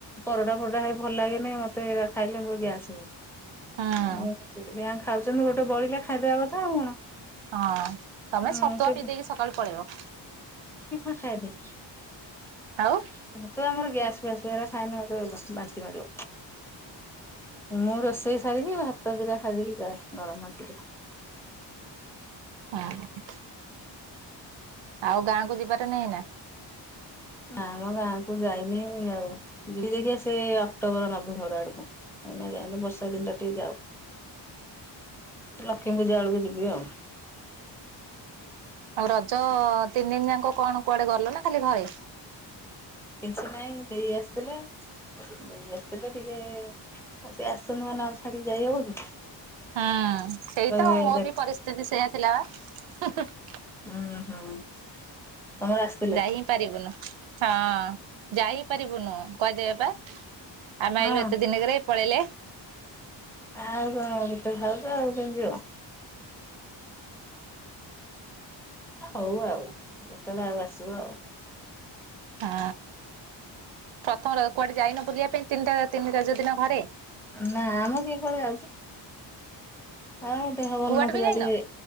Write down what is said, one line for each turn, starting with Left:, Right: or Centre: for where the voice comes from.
Centre: ପରଟା ଫରଟା ଭାଇ ଭଲ ଲାଗେନି ମତେ ଖାଇଲେ ମୋର ଗ୍ୟାସ୍ ହୁଏ।
Right: ହଁ।
Centre: ଆଉ ଖାଉଛନ୍ତି ଗୋଟେ ବଳିଲେ ଖାଇଦବା କଥା ଆଉ କଣ।
Right: ହଁ ତମେ
Centre: ଉଁ
Right: ସତୁଆ
Centre: ସେ
Right: ପିଇ ଦେଇକି ସକାଳୁ ପଳେଇବ।
Centre: ଖାଇବେ। ତୁଆ
Right: ଆଉ
Centre: ଆମର ଗ୍ୟାସ ଫ୍ୟାସ ହୁଏ ଏରା ଖାଇନେ ମତେ ବାନ୍ତି ମାଡିବ। ମୁଁ ରୋଷେଇ ସାରିକି ଭାତ ଦିଟା ଖାଇ ଦେଇକି ଯାଏ ଗରମ ଭାତ ଦିଟା।
Right: ହୁଁ ହୁଁ। ଆଉ ଗାଁକୁ ଯିବାର ନାଇଁ ଏଇନା?
Centre: ନାମ ଗାଁକୁ ଯାଇନି ଆଉ ଯିବି ଦେଖିଆ ସେ ଅକ୍ଟୋବର, ନଭେମ୍ବର ଆଡକୁ। ଏଇନା ଯାଇନି ବର୍ଷା ଦିନଟା ଟିକେ ଯାଉ, ଲକ୍ଷ୍ମୀ ପୂଜା ବେଳକୁ ଯିବି ଆଉ।
Right: ଆଉ ରଜ ତିନି ଦିନ ଯାକ କଣ କୁଆଡେ ଗଲ ନା ଖାଲି ଘରେ?
Centre: କିଛି ନାଇଁ ଦେଇ ଆସିଥିଲେ। ଦେଇ ଆସଥିଲେ ଟିକେ ଆଉ ସେ ଆସଚନ୍ତି ମାନେ ଆ ଛାଡିକି ଯାଇହବ କି?
Right: ହୁଁ, ସେଇ
Centre: କହିବେ
Right: ତ ମୋ
Centre: ଉଁ
Right: ବି ପରିସ୍ଥିତି ସେଇଆ ଥିଲା ବା।
Centre: ଅଂହ ତମର ଆସିଥିଲେ?
Right: ଯାଇ ହିଁ ପାରିବୁନୁ ହଁ ଯାଇ ପାରିବୁନୁ କହିଦେବେ ବା। ଆମେ
Centre: ହଁ।
Right: ଆଇଲୁ ଏତେ ଦିନକରେ ପଳେଇଲେ।
Centre: ଆଉ କଣ ଗୋଟେ ଭାଉଜ ଆଉ କେମିତିି ଯିବ। ହଉ ଆଉ ଯେତେବେଳେ ଆଉ ଆସିବ ଆଉ।
Right: ହଁ ପ୍ରଥମ ର କୁଆଡେ ଯାଇନ ବୁଲିବା ପାଇଁ ତିନିଟା ତିନି ରଜ ଦିନ ଘରେ?
Centre: ନାମ କିଏ କୁଆଡେ ଯାଉଚି ଆଉ ଦେହ ଭଲ
Right: କୁଆଡେ
Centre: ନଥିଲା
Right: ବି ଯାଇନ
Centre: ଟିକେ।